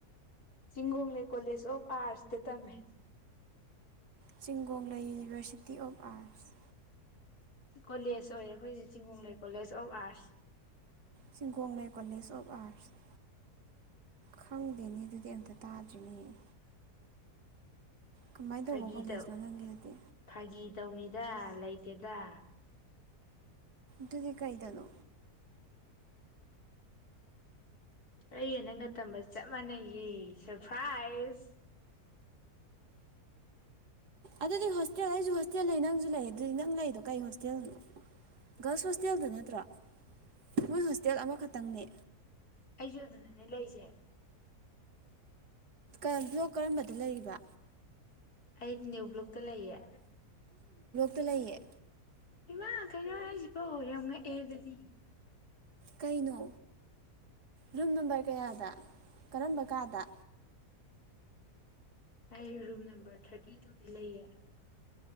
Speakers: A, on the left; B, on the right.
A: ꯆꯤꯡꯒꯣꯡꯂꯩ ꯀꯣꯂꯦꯖ ꯑꯣꯐ ꯑꯥꯔꯠꯁꯇ ꯇꯝꯃꯦ ꯎꯝ
B: ꯆꯤꯡꯒꯣꯡꯂꯩ university city of arts
A: college ꯑꯣꯏꯌꯦ ꯑꯩꯈꯣꯏꯁꯦ ꯆꯤꯡꯒꯣꯡꯂꯩ ꯀꯣꯂꯦꯖ ꯑꯣꯐ ꯑꯥꯔꯠꯁ
B: ꯆꯤꯒꯣꯡ ꯂꯩꯩ ꯀꯣꯂꯦꯖ ꯑꯣꯐ ꯑꯥꯔꯠꯁ ꯈꯪꯗꯦꯅꯦ ꯑꯗꯨꯗꯤ ꯑꯝꯇ ꯇꯥꯗ꯭ꯔꯤꯅꯦ ꯀꯃꯥꯏꯅ
A: ꯐꯥꯒꯤꯗꯧ
B: ꯇꯧꯕ ꯀꯣꯂꯦꯖꯅꯣ ꯅꯪꯒꯤꯗꯨꯗꯤ
A: ꯐꯥꯒꯤ ꯇꯧꯅꯤꯗ ꯂꯩꯇꯦꯗ
B: ꯗꯨꯗꯤ ꯀꯩꯗꯅꯣ
A: ꯑꯩꯌꯦ ꯅꯪꯒ ꯇꯝꯕ ꯆꯞ ꯃꯥꯟꯅꯩꯌꯦ ꯁꯐꯥꯏ ꯁꯦꯖ
B: ꯑꯗꯨꯗꯤ ꯍꯣꯁꯇꯦꯜ ꯑꯩꯁꯨ ꯍꯣꯁꯇꯦꯜ ꯂꯩ ꯅꯪꯁꯨ ꯂꯩ ꯑꯗꯨꯗꯤ ꯅꯪ ꯂꯩꯗꯣ ꯀꯩ ꯍꯣꯁꯇꯦꯜꯅꯣ ꯒꯥꯔꯜꯁ ꯍꯣꯁꯇꯦꯜꯗ ꯅꯠꯇ꯭ꯔꯣ ꯃꯣꯏ ꯍꯣꯁꯦꯜ ꯑꯃꯥꯈꯛ ꯅꯪ ꯅꯦ
A: ꯑꯩ ꯌꯣ ꯑꯗꯨꯅꯅꯦ ꯂꯩꯁꯦ
B: ꯑꯦ ꯕ꯭ꯂꯣꯛ ꯀꯔꯝꯕꯗ ꯂꯩꯔꯤꯕ
A: ꯑꯩ ꯅ꯭ꯌꯨ ꯕ꯭ꯂꯣꯛꯇ ꯂꯩꯌꯦ
B: ꯇ ꯂꯩꯌꯦ
A: ꯏꯃ ꯀꯩꯅꯣ ꯍꯥꯏꯁꯤꯕꯣ ꯌꯉꯛꯑ ꯑꯗꯨꯗꯤ
B: ꯀꯩꯅꯣ ꯔꯨꯝ ꯅꯝꯕꯔ ꯀꯌꯥꯗ ꯀꯔꯝꯕ ꯀꯥꯗ
A: ꯑꯩ ꯔꯨꯝ ꯅꯝꯕꯔ ꯊꯥꯔꯇꯤ ꯇꯨꯗꯤ ꯂꯩꯌꯦ